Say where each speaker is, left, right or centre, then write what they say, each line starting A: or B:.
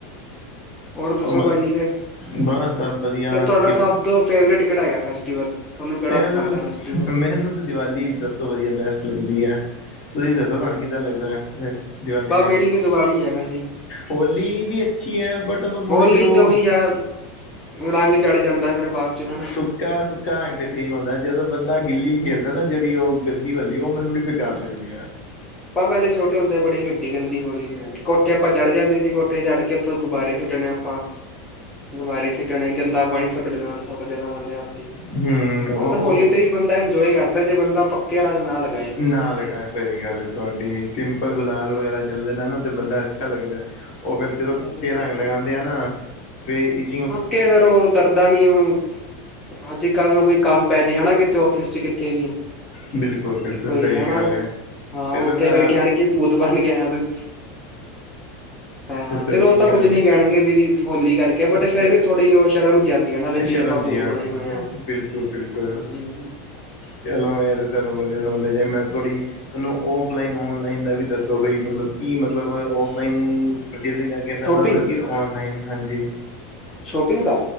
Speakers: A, on the left (about 15°); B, on the left (about 50°).
A: ਹੋਰ ਦੱਸੋ
B: ਉਹ ਮ-
A: ਭਾਜੀ ਫੇਰ,
B: ਬਸ ਸਭ ਵਧੀਆ
A: ਤੇ ਤੁਹਾਡਾ
B: ਕਿਰ
A: ਸਭ ਤੋਂ ਫੇਵਰਟ ਕਿਹੜਾ ਹੈਗਾ ਫੈਸਟੀਵਲ ਤੁਹਾਨੂੰ ਕਿਹੜਾ
B: ਫਿਰ
A: ਪਸੰਦ ਹੈ ਫੈਸਟੀਵਲ
B: ਮੈਨੂੰ ਤਾਂ ਦੀਵਾਲੀ ਸਭ ਤੋਂ ਵਧੀਆ ਬੈਸਟ ਲੱਗਦੀ ਆ ਤੁਸੀਂ
A: ਹਮ
B: ਦੱਸੋ ਤੁਹਾਂਨੂੰ ਕਿੱਦਾਂ ਲੱਗਦਾ ਹੈ, ਦੀਵਾਲ਼ੀ
A: ਬਸ
B: ਦੇ
A: ਮੇਰੀ ਵੀ ਦੀਵਾਲੀ ਹੈ ਵੈਸੇ
B: ਹੋਲੀ ਵੀ ਅੱਛੀ ਹੈ ਬਟ ਉਹ ਤੁਹਾਡੇ
A: ਹੋਲੀ
B: ਚਿਰ ਉਹ,
A: ਚ ਉਹੀ ਆ ਰੰਗ ਚੜ ਜਾਂਦਾ ਫਿਰ ਬਾਅਦ ਚੋਂ ਹਨਾ
B: ਸੁ ਕਿਆ ਸੁ- ਸੁੱਕਾ ਤੇ ਠੀਕ ਹੁੰਦਾਂ, ਜਦੋਂ ਬੰਦਾਂ
A: ਹਾਂ। ਆਪਾਂ
B: ਗਿੱਲੀ ਖੇਲਦਾ ਨਾ ਜਿਹੜੀ ਉਹ ਗੰਦੀ ਵਾਲ਼ੀ ਉਹ ਮੈਨੂੰ ਬੜੀ ਬੇਕਾਰ ਲੱਗਦੀ ਹੈ। <inaudible>
A: ਆਪਾਂ ਪਹਿਲੇ ਛੋਟੇ ਹੁੰਦੇ ਤੇ ਬੜੀ ਗੰਦੀ ਗੰਦੀ ਹੌਲੀ ਖੇਡਣੀ, ਕੋਠੇ ਆਂਪਾਂ ਚੜ੍ਹ ਜਾਂਦੇ ਸੀ ਕੋਠੇ ਚੜ੍ਹ ਕੇ ਉੱਥੋਂ ਗ਼ੁਬਾਰੇ ਸੁੱਟਣੇ ਆਪਾਂ ਗੁਬਾਰੀ ਸੁਿੱਟਣੇ ਗੰਦਾ ਪਾਣੀ ਸੁੱਟ ਦੇਣਾ ਦੇ ਬੰਦੇ ਹੱਥ
B: ਹਮ ਉਹ
A: ਮਤਲਬ, ਹੋਲੀ
B: ਉਹ-
A: ਤੇ ਵੀ ਬੰਦਾ ਇੰਜੋਏ ਕਰਦਾਂ ਜੇ ਬੰਦਾ ਪੱਕੇ ਰੰਗ ਨਾ ਲੱਗਣ
B: ਨਾ ਲਗਾਏ, ਸਹੀ ਗੱਲ ਹੈ ਤੁਹਾਡੀ ਸਿੰਮਪਲ ਗੁਲਾਲ ਵਗੈਰਾ ਚੱਲਦੇ ਨੇ ਨਾ ਤੇ ਬੰਦਾ ਅੱਛਾ ਲੱਗਦਾ ਹੈ, ਉਹ ਫਿਰ ਜਦੋਂ
A: ਹਾਂਜੀ
B: ਪੱਕੇ
A: ਹਾਂਜੀ
B: ਰੰਗ ਲਗਾਉ <inaudible>
A: ਓ ਫੇਰ ਉਤਰਦਾ ਨੀ ਹੁਣ, ਹਾਂਜੀ ਕੱਲ ਨੂੰ ਕੋਈ ਕੰਮ ਪੈ ਜੇ ਹੈਨਾ ਕਿਤੇ ਔਫਿਸ 'ਚ ਕਿੱਥੇ ਵੀ
B: ਬਿਲਕੁਲ ਬਿਲਕੁਲ,
A: ਕੋਈ
B: ਸਹੀ
A: ਹਨਾ
B: ਗੱਲ ਹੈ
A: ਹਾਂ
B: ਫਿਰ ਬੰਦਾ
A: ਉੱਥੇ ਫੇਰ ਕਹਿਣ, ਕਿ ਭੂਤ ਬਣ ਕੇ ਆਇਆ ਤੂੰ ਹਾਂ
B: ਸਹੀ
A: ਚਲੋ, ਉਹ ਤਾਂ
B: ਗੱਲ
A: ਕੁੱਝ ਨੀ
B: ਹੈ।
A: ਕਹਿਣਗੇ ਵੀਂ ਹੋਲੀ ਕਰਕੇ ਬਟ ਫੇਰ
B: ਜ
A: ਵੀ ਥੋੜ੍ਹੀ ਉਹ ਸ਼ਰਮ ਜਿਹੀ ਆਉਂਦੀ ਹੈ ਨਾ ਵੀ ਕਿ
B: ਸ਼ਰਮ
A: ਆਪਾਂ ਭੂਤ
B: ਜਿਹੀ ਆਉਂਦੀ
A: ਬਣੇ ਹੋਏ
B: ਹੈ,
A: ਹਾਂ
B: ਬਿਲਕੁੱਲ ਬਿਲਕੁੱਲ
A: ਹਾਂਜੀ ਹਾਂਜੀ
B: ਚਲੋਂ ਇਹ ਤਾਂ ਤੁਹਾਨੂੰ ਵਧੀਆਂ ਨੌਲੇਜ ਹੈ, ਮੈਂ ਥੋੜ੍ਹੀ ਮੈਨੂੰ ਔਫਲਾਈਨ ਔਨਲਾਈਨ ਦਾ ਵੀ ਦੱਸੋ ਬਈ ਮਤਲਬ, ਕੀ ਮਤਲਬ ਔਫਲਾਈਨ ਪਰਚੇਸਿੰਗ ਹੈ। ਅੱਗੇ ਫਾਇਦਾ
A: ਸ਼ੋਪਿੰਗ
B: ਹੁੰਦਾ, ਕਿ ਔਨਲਾਈਨ ਹਾਂਜੀ
A: ਸ਼ੋਪਿੰਗ ਦਾ,